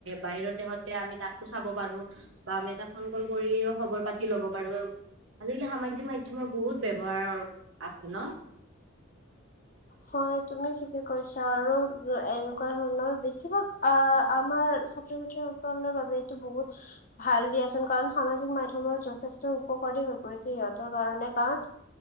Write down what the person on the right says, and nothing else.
বাহিৰত দেশতে আমি তাকো চাব পাৰো বা আমি এটা ফোন কল কৰিও খবৰ পাতি লব পাৰো আজিকালি সামাজিক মাধ্যমৰ বহুত ব্যৱহাৰ আছে ন।